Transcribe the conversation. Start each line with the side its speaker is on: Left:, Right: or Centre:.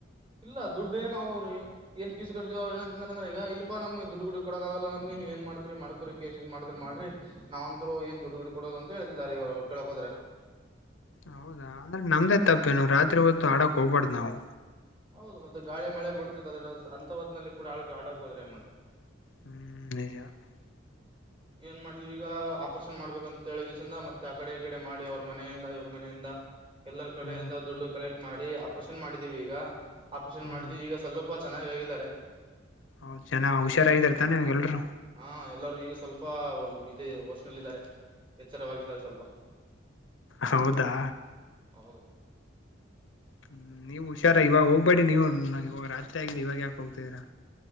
Right: ಇಲ್ಲ ದುಡ್ಡು ಏನ ಅವ್ರಿಗೆ ಏನ್ಫೀಸ್ ಕಡ್ದೀ ಅವ ಏನಂತಂದ್ರ ಈಗ ಇಲ್ಪ ನಮಗೆ ದುಡುುಡಿ ಕೊಡಕ್ ಆಲ್ಲ ನಮ ನೀವಏನ್ ಮಾಡ್ತಿರಿ ಮಾಡ್ಕೋಿ ಮಾಡ್ರ ಮಾಡ್ರಿ ನಾವಂತೂ ಏನ್ ದುಡುಡ ಕೊಡೋದ ಅಂತ ಹೇಳೇತಿದಿದ್ದಾರೆ ಕೇಳಕೋದ್ರೆ
Left: ಹೌದಾ ಅಂದ್ರೆ ನಮ್ದೇ ತಪ್ಪೇನು ರಾತ್ರಿ ಹೊತ್ತು ಹಡಾಕ್ ಹೋಗ್ಬಾರ್ದ್ ನಾವು
Right: ಹೌದು ಮತ್ತ ಗಳಿ ಮಳೆ ಬಿಡ್ತದೆ ಅದ ಅಂತತ್ ನ ಕೂಡ ಆಳಕ ಆಡ ಹೋದ್ರ ಹೆಂಗ ಮೇಡ <unintelligible>
Left: ಹ್ಮ್ ನಿಜ <unintelligible>
Right: ಏನ್ ಮಾಡಿದ್ ಈಗ ಆಪರೇಷನ್ ಮಾಡ್ಬೇಕಂತ ತಿಳಗಸಿಂದ ಮತ್ತೆ ಆ ಕಡೆ ಈ ಕಡೆ ಮಾಡಿ ಅವ್ರ ಮನೆಯಿಂದ ಇವ್ರ ಮನೆಯಿಂದ <unintelligible> ಎಲ್ಲರ ಕಡೆಯಿಂದ
Left: ಹ್ಮ್
Right: ದುಡ್ಡು ಕಲೆಕ್ಟ್ ಮಾಡಿ ಆಪರೇಷನ್ ಮಾಡಿದೀವಿ ಈಗ ಆಪರೇಷನ್
Left: ಹ್ಮ್
Right: ಮಾಡಿದ್ವಿ ಈಗ ಸ್ವಲ್ಪ ಚೆನ್ನಾಗ ಆಗಿದ್ದಾರೆ <unintelligible>
Left: ಹೌದ ಜನ ಹುಷಾರಾಗಾರ ತಾನೆ ಎಲ್ರು
Right: ಹಾ ಎಲ್ಲಾರೂ ಈಗ ಸ್ವಲ್ಪ ಇದೆ ವೋಷನಲ್ಲಿದ್ದಾರೆ <unintelligible> ಎಚ್ಚರವಾಗಿದ್ದಾರೆ ಸ್ವಲ್ಪ
Left: ಹೌದಾ
Right: ಹೌದು
Left: ಹ್ಮ ನೀವವು ಹುಷಾರ ಇವಾಗ ಹೋಗ್ಬೇಡಿ ನೀವು ಇವಾಗ ರಾತ್ರಿ ಆಗಿದ ಇವಾಗ ಯಾಕೆ ಹೋಗತಿದೀರಾ